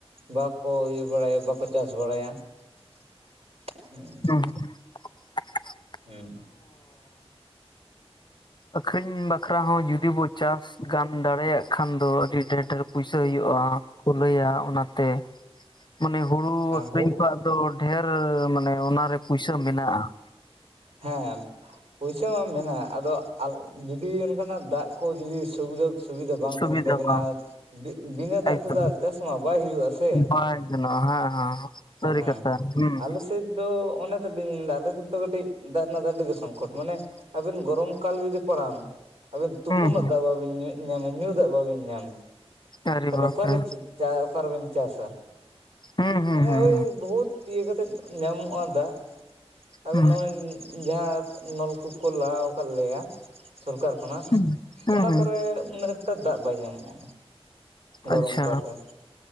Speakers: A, on the right; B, on the left.
A: ᱵᱟᱠᱚ ᱤᱭᱟᱹ ᱵᱟᱲᱟᱭᱟ ᱵᱟᱠᱚ ᱪᱟᱥ ᱵᱟᱲᱟᱭᱟ ᱾ <inaudible> ᱦᱩᱸ ᱾
B: <inaudible>
A: ᱦᱩᱸ ᱾
B: ᱟᱹᱠᱷᱨᱤᱧ ᱵᱟᱠᱷᱨᱟ ᱦᱚᱸ ᱡᱩᱫᱤ ᱵᱚ ᱪᱟᱥ ᱜᱟᱱ ᱫᱟᱲᱮᱭᱟᱜ ᱠᱷᱟᱱ ᱫᱚ ᱟᱹᱰᱤ ᱰᱷᱮᱨ ᱰᱷᱮᱨ ᱯᱩᱭᱥᱟᱹ ᱦᱩᱭᱩᱜ-ᱟ ᱠᱚ ᱞᱟᱹᱭᱟ ᱾ ᱚᱱᱟᱛᱮ ᱢᱟᱱᱮ ᱦᱩᱲᱩ ᱟᱹᱷᱨᱤᱧ
A: ᱦᱳ
B: ᱠᱷᱚᱣᱟᱜ ᱫᱚ ᱰᱷᱮᱨ ᱢᱟᱱᱮ ᱚᱱᱟᱨᱮ ᱯᱩᱭᱥᱟᱹ ᱢᱮᱱᱟᱜ-ᱟ ᱾
A: ᱦᱮᱸ ᱯᱩᱭᱥᱟᱹ ᱢᱟ ᱢᱮᱱᱟᱜ-ᱟ, ᱟᱫᱚ ᱡᱩᱫᱤ ᱚᱱᱠᱟᱱᱟᱜ ᱫᱟᱜ ᱠᱚ ᱡᱩᱫᱤ ᱥᱩᱠᱡᱳᱜ ᱥᱩᱵᱤᱫᱷᱟ ᱵᱟᱝ
B: ᱥᱩᱵᱤᱫᱷᱟ
A: ᱛᱟᱦᱮᱱ ᱛᱟᱵᱮᱱᱟ
B: ᱵᱟᱝ
A: ᱟᱨ ᱵᱤᱱᱟᱹ ᱫᱟᱜ
B: ᱮᱠᱫᱚᱢ
A: ᱛᱮᱫᱚ ᱟᱨ ᱪᱟᱥ ᱢᱟ ᱵᱟᱭ ᱦᱩᱭᱩᱜ-ᱟ ᱥᱮ ᱾
B: ᱵᱟᱭ ᱜᱟᱱᱚᱜ-ᱟ ᱦᱮᱸ ᱦᱮᱸ ᱦᱮᱸ ᱥᱟᱹᱨᱤ
A: ᱦᱮᱸ
B: ᱠᱟᱛᱷᱟ ᱦᱩᱸ
A: ᱟᱞᱮ
B: ᱾
A: ᱥᱮᱫ ᱫᱚ ᱚᱱᱮ ᱛᱚᱞᱤᱧ ᱢᱮᱱ ᱮᱫᱟ ᱟᱞᱮ ᱥᱮᱫ ᱫᱚ ᱠᱟᱹᱴᱤᱡ ᱫᱟᱜ ᱨᱮᱱᱟᱜ ᱫᱚ ᱟᱹᱰᱤ ᱜᱮ ᱥᱚᱝᱠᱚᱴ, ᱢᱟᱱᱮ ᱟᱹᱵᱤᱱ ᱜᱚᱨᱚᱢ ᱠᱟᱞ ᱡᱩᱫᱤ ᱯᱟᱲᱟᱣ ᱮᱱᱟ ᱟᱵᱮᱱ
B: ᱦᱩᱸ
A: ᱛᱩᱯᱩᱱᱟᱜ ᱫᱟᱜ ᱵᱟᱵᱤᱱ ᱧᱩ ᱧᱟᱢᱟ ᱧᱩ ᱫᱟᱜ ᱵᱟᱵᱮᱱ ᱧᱟᱢᱟ ᱾
B: ᱟᱨᱮ
A: ᱛᱟᱦᱚᱞᱮ
B: ᱵᱟᱯᱨᱮ
A: ᱚᱠᱟᱨᱮ ᱚᱠᱟ ᱨᱮᱵᱮᱱ ᱪᱟᱥᱟ? <inaudible>
B: ᱦᱩᱸ ᱦᱩᱸ
A: ᱢᱟᱱᱮ
B: ᱦᱩᱸ
A: ᱳᱭ ᱵᱚᱦᱩᱛ ᱤᱭᱟᱹ ᱠᱟᱛᱮᱫ ᱧᱟᱢᱚᱜ-ᱟ ᱫᱟᱜ <inaudible> ᱟᱵᱮᱱ
B: ᱦᱩᱸ
A: ᱱᱚᱸᱜ-ᱚᱭ ᱡᱟᱦᱟᱸ ᱱᱚᱞᱠᱩᱯ ᱠᱚ ᱞᱟᱜᱟᱣ ᱟᱠᱟᱫ ᱞᱮᱭᱟ ᱥᱚᱨᱠᱟᱨ ᱠᱷᱚᱱᱟᱜ
B: ᱦᱩᱸ ᱦᱩᱸ
A: ᱚᱱᱟ
B: ᱦᱩᱸ
A: ᱠᱚᱨᱮ ᱩᱱᱟᱹᱜ ᱮᱠᱴᱟ ᱫᱟᱜ ᱵᱟᱭ ᱧᱟᱢᱚᱜᱼᱟ ᱜᱚᱨᱚᱢ
B: ᱟᱪᱪᱷᱟ
A: ᱠᱟᱞ ᱨᱮ